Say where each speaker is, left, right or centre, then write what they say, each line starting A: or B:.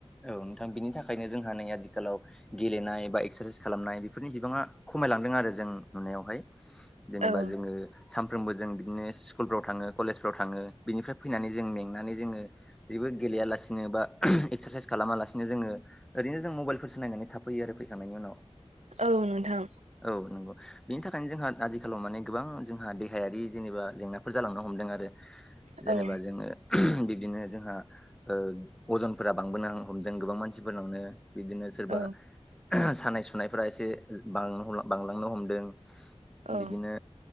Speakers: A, in the centre; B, on the right (about 85°).
A: औ नोंथां बिनि थाखायनो जोंहा नै आथिखालाव, गेलेनाय बा एक्सारसाइस खालामनाय बेफोरनि बिबाङा खमायलांदों आरो जों नुनायावहाय, जेनेबा
B: औ
A: जोङो सानफ्रोमबो जों बिदिनो स्कुलफ्राव थाङो कलेजफ्राव थाङो बेनिफ्राय फैनानै जों मेंनानै जोङो, जेबो गेलेयालासिनो बा एक्सारसाइस खालामालासिनो जोङो, ओरैनो जों मबाइलफोरसो नायनानै थाफैयो आरो फैखांनायनि उनाव,
B: औ नोंथां
A: औ नंगौ बेनि थाखायनो जोंहा आजिखालाव माने गोबां जोंहा देहायारि, जेनेबा जेंनाफोर जालांनो हमदों आरो जेनेबा
B: औ
A: जोङो बिब्दिनो जोंहा अजनफोरा बांबोनो हमदों गोबां मानसिफोरनावनो बिदिनो सोरबा,
B: औ
A: सानाय सुनायफोरा एसे बांलांनो हमदों
B: औ
A: बिदिनो,